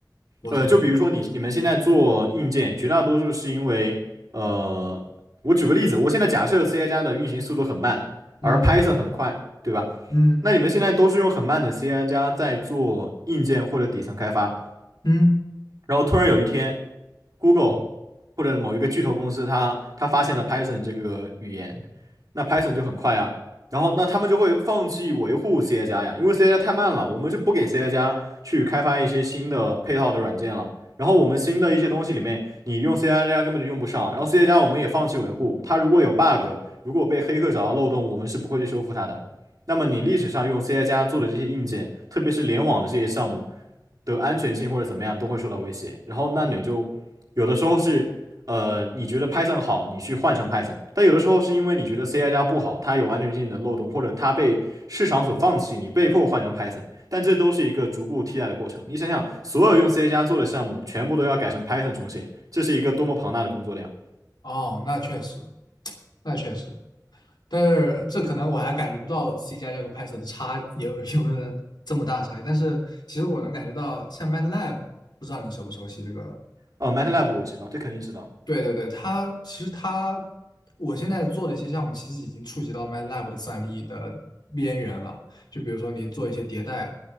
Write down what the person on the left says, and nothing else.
我知道
嗯
嗯
嗯，
哦，那确实，那确实，但是这可能我还感觉不到 C 加加和 Python 的差有有没有这么大的差异，但是其实我能感觉到，像 MATLAB，不知道你熟不熟悉这个。
对对对，它其实它，我现在做的一些项目其实已经触及到 MATLAB 的算力的边缘了。就比如说你做一些迭代，